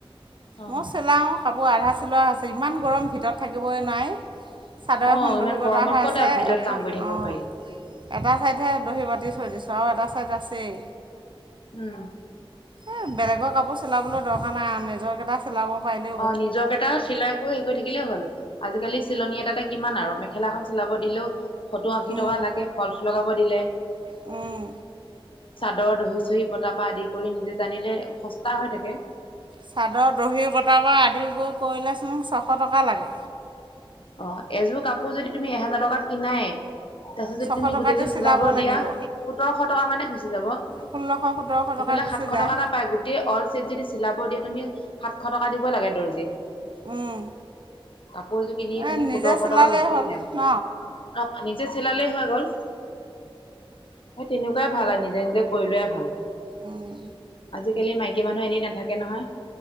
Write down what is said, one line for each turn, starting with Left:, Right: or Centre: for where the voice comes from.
Left: অ'।
Right: মই চিলাওঁ কাপোৰ আধা চিলোৱা আছে ইমান গৰম ভিতৰত থাকিবই নাই চাদৰ
Left: অ
Right: এখন
Left: ইমান
Right: বহি বতা
Left: গৰমত
Right: হৈ
Left: ক'ত
Right: আছে
Left: আৰু ভিতৰত
Right: এফ
Left: কাম কৰি থাকিব
Right: অ
Left: পাৰি।
Right: এটা ছাইডহে দহি বাতি থৈ দিছোঁ আৰু এটা ছাইড আছেই
Left: উম
Right: এ বেলেগৰ কাপোৰ চিলাবলৈ দৰকাৰ নাই আৰু নিজৰ কেইটা চেলাব পাৰিলো
Left: অ নিজক এটা চিলাই কৰি হেৰি কৰি থাকিলেই হ'ল আজিকালি চিলনী এটাতে কিমান আৰু মেখেলাখন চলাব দিলেও সত্তৰ আশী
Right: উম,
Left: টকা লাগে ফলচ লগাব দিলে
Right: উম
Left: চাদৰ দহি চহি বতাৰ পা আদি কৰি নিজে জানিলে সস্তা হৈ থাকে
Right: চাদৰ দহি বতাব আদ কৰি কৰিলেছ মোক ছশ টকা লাগে
Left: অ এযোৰ কাপোৰ যদি তুমি এহেজাৰ টকাত কিনাই তাৰপিছত যদি
Right: ছশ
Left: তুমি
Right: টকা
Left: গোটেইযোৰ
Right: দি
Left: চিলাব
Right: লাগিব।
Left: দিয়া সোতৰশ টকা মানে গুচি যাব
Right: ষোল্লশ সোতৰশ
Left: এইফালে
Right: টকা গুচি
Left: সাতশ
Right: যায়।
Left: টকা এটা পায় গোটেই অল চছেট যদি চিলাব দিয়া তুমি সাতশ টকা দিব লাগে দৰ্জিক
Right: উম,
Left: কাপোৰযোৰ কিনি তেতি
Right: এই নিজে
Left: সোতৰশ
Right: চিলালেই
Left: টকা গুচি
Right: হ'ল
Left: দিল
Right: ন?
Left: অ নিজে চিলালেই হৈ গ'ল সেই তেনেকুৱাই ভাল আৰু নিজে নিজে কৰি লোৱাই ভাল
Right: উম,
Left: আজিকালি মাইকী মানুহ এনেই নাথাকে নহয়